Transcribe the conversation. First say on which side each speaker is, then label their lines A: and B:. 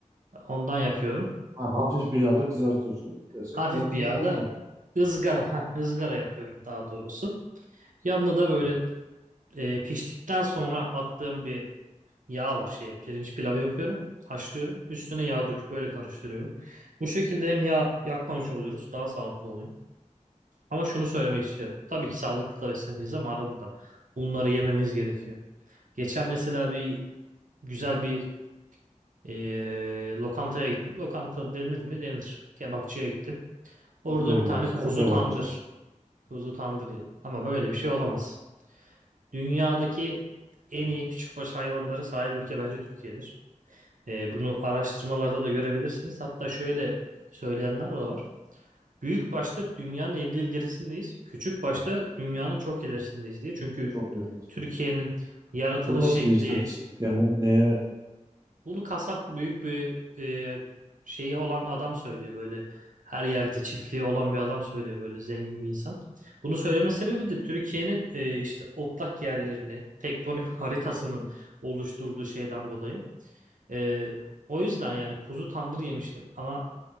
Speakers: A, on the right; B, on the right.
A: Ondan yapıyorum.
B: ha, hafif bir yağda kızartıyorsun desek
A: Hafif
B: yanlış
A: bir yağda
B: olmaz.
A: ızgara, ha ızgara yapıyorum daha doğrusu. Yanında da böyle e, piştikten sonra attığım bir yağ var şeye pirinç pilavı yapıyorum. Haşlıyorum. Üstüne yağ döküp böyle karıştırıyorum. Bu şekilde hem yağ yakmamış oluyoruz, daha sağlıklı oluyor. Ama şunu söylemek istiyorum. Tabii ki sağlıklı da besleneceğiz ama arada da bunları yememiz gerekiyor. Geçen mesela bir güzel bir e, lokantaya gittim. Lokanta denir mi? Denir. Kebapçıya gittim. Orada
B: Ne organdısı?
A: bir tane kuzu
B: Ha, kebapçı.
A: tandır. Kuzu tandır yedim. Ama böyle bir şey olamaz. Dünyadaki en iyi küçükbaş hayvanlara sahip ülke bence Türkiye'dir. Ee, bunu araştırmalarda da görebilirsiniz. Hatta şöyle söyleyenler de var. Büyük başta dünyanın 50 yıl gerisindeyiz. Küçük başta dünyanın çok ilerisindeyiz diye. Çünkü
B: Çok yanlış.
A: Türkiye'nin yaratılış
B: Bu nasıl
A: şekli,
B: bir istatistik? Yani neye?
A: Bunu kasap büyük bir e, şeyi olan adam söylüyor böyle. Her yerde çiftliği olan bir adam söylüyor böyle zengin bir insan. Bunu söyleme sebebi de Türkiye'nin e, işte otlak yerlerinin tektonik haritasının oluşturduğu şeyden dolayı. E, o yüzden yani kuzu tandır yemiştim ama